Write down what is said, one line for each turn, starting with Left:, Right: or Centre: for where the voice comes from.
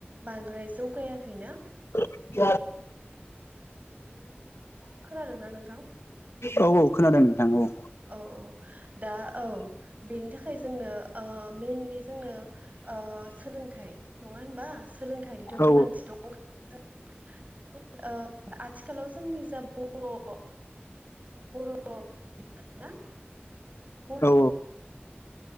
Right: बांद्राय जौगायाखै ना।
Left: <inaudible>
Right: खोनादोंना नोंथां
Left: औ औ खोनादों नोंथां औ।
Right: औ औ दा औ बेनि थाखाय जोंनो ओ मेनलि जोंनो ओ सोलोंथाइ नङा होनबा? सोलोंथाइनिथ'
Left: औ
Right: गोनांथि दं <unintelligible> ओ आथिखालाव जोंनि जा बर' ओ बर' <inaudible>
Left: औ